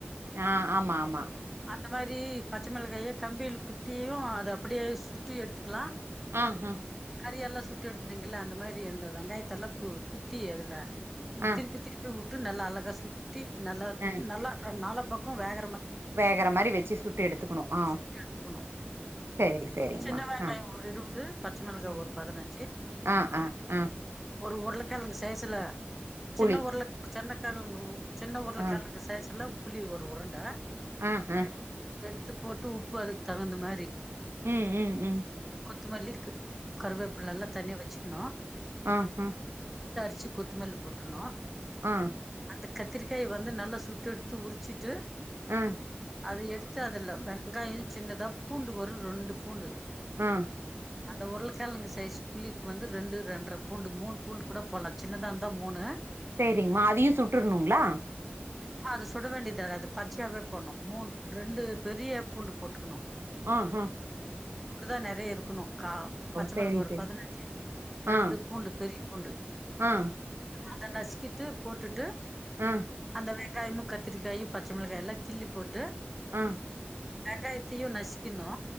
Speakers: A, on the right (about 80°); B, in the centre.
A: ஆ ஆமா ஆமா
B: இந்த மாரி பச்ச மெளகாய கம்பியில் குத்தியு அது அப்டியே சுட்டு எட்த்துக்கலா
A: ஆ ஆ
B: கறியெல்லா சுட்டு எடுக்குறீங்கல்ல அந்த மாரி அந்த வெங்காயத்தல்லா கு குத்தி அதுல ம்
A: ஆ
B: திருப்பி திருப்பி உ ட்டு நல்லா அழகா சு ட்டி நல்ல
A: ஆ
B: நல்லா ஆ நாலா பக்கமு வேக
A: வேகற மாரி வச்சு சுட்டு எடுத்துக்கணு ஆ
B: சுட்டு எடுத்துக்கணு
A: சேரி சேரிங்மா
B: சின்ன வெங்காயோ
A: ஆ
B: ஒரு இருவது பச்ச மெளகா
A: ம்
B: ஒரு பதனஞ்சு
A: ஆ ஆ ஆ
B: ஒரு ஒரு உருளக் கெழங்கு சைஸ்ல
A: புளி
B: சின்ன உருள சின்னக்கெழங்கு சின்ன உருளக்கெழங்கு
A: ஆ
B: சைஸ்ல புளி ஒரு உருண்ட
A: ஆ ஹா
B: எத்து போட்டு உப்பு அதுக்கு தகுந்த மாரி
A: ம் ம் ம்
B: த்து மல்லிக்கு கருவேப்பில
A: ம்
B: எல்லா தனியா வச்சு க்னு
A: ஆ ஹா
B: ஞ்சு கொத்துமல்லி போட்ரணு
A: ஆ
B: அ கத்திரிக்காய வந்து நல்லா சுட்டு எடுத்து உரிச்சிட்டு
A: ஆ
B: அத எடுத்து அதுல வெங்காயம் சின்னதா பூண்டு வரு ரெண்டு பூண்டு
A: ம்
B: அந்த உருளைக்கெழங்கு சைஸ் புளிக்கு வந்து ரெண்டு ரெண்டற பூண்டு மூணு பூண்டு கூட போடலாம் சின்னதா இருந்தா மூணு
A: செரிங்கமா அதையும் சுட்டுரணுங்களா
B: அது சுட வேண்டியது அது பச்சையாவே போடணும் மூணு ரெண்டு பெரிய பூண்டு போட்டுக்கணும்
A: அஹா
B: அப்டி தா நெறைய இருக்கணும் கா பச்சை
A: சேரி
B: மிளகு ஒரு
A: சேரி
B: பதினஞ்சு ரெண்டு
A: ஆ
B: பூண்டு பெரிய பூண்டு
A: ஆ
B: அத நசிக்கிட்டு போட்டுட்டு
A: ஆ
B: அந்த வெங் வெங்காயமும் கத்திரிக்காயும் பச்சை மிளாகா எல்லா கிள்ளி போட்டு
A: ம்
B: வெங்காயத்தயும் நச் கின்னோ